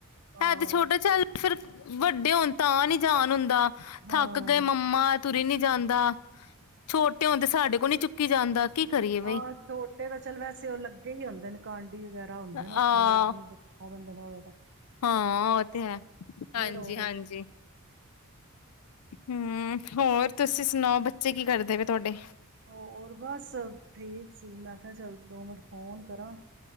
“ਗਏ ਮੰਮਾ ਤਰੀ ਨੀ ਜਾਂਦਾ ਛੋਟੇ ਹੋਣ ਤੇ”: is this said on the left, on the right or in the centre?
Left